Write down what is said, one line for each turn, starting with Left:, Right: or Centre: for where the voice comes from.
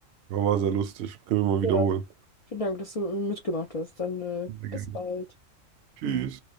Right: Aber war sehr lustig. Können wir mal
Left: Ja.
Right: wiederholen.
Left: Vielen Dank, dass du mitgemacht hast. Dann, äh,
Right: Sehr gerne.
Left: bis bald.
Right: Tschüss.